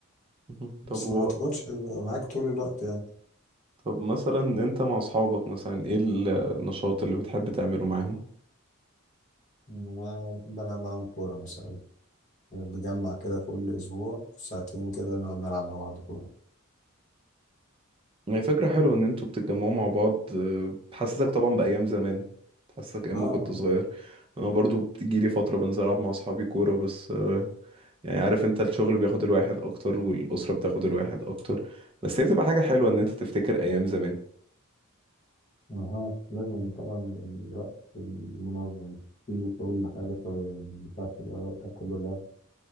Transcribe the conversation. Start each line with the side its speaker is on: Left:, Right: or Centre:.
Right: مهم.
Left: بس
Right: طب و...
Left: ما اعتقدش هيبقى معاك طول الوقت يعني
Right: طب مثلا أنت مع أصحابك مثلا إيه ال- النشاط اللي بتحب تعمله معاهم؟
Left: يعني انا بحب العب معاهم كورة مثلا بنجمع كده كل اسبوع ساعتين كده نقعد نلعب مع بعض كورة
Right: يعني فكرة حلوة إن أنتوا بتتجمعوا مع بعض آه، بتحسسك طبعا بأيام زمان بتحسسك أيام
Left: اه اه
Right: ما كنت صغير أنا برضو بتجيلي فترة بنزل ألعب مع أصحابي كورة بس آه، يعني عارف انت الشغل بياخد الواحد اكتر والاسره بتاخد الواحد اكتر بس هي بتبقى حاجه حلوه ان انت تفتكر ايام زمان
Left: اها لازم طبعا الوقت المنظم فيه كل حاجة شوية يعني ما ينفعش يبقى وقتك كله لعب